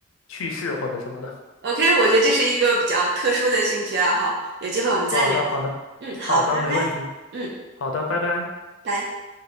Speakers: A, on the left (about 70°); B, on the right (about 50°).
A: 趣事或者什么的。
B: ，OK，我觉得这是一个比较特殊的兴趣爱好，有机会我们再聊。
A: 好的好的好的，
B: 嗯，好，拜拜。
A: 没问题，
B: 嗯，
A: 好的，拜拜。
B: 拜。